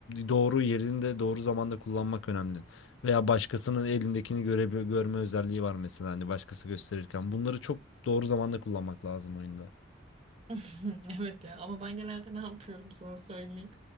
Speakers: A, on the left (about 70°); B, on the right (about 30°).
A: doğru yerinde doğru zamanda kullanmak önemli. Veya başkasının elindekini göre, görme özelliği var mesela hani başkası gösterirken bunları çok doğru zamanda kullanmak lazım oyunda.
B: <laughs> Evet ya ama ben genelde ne yapıyorum sana söyleyeyim.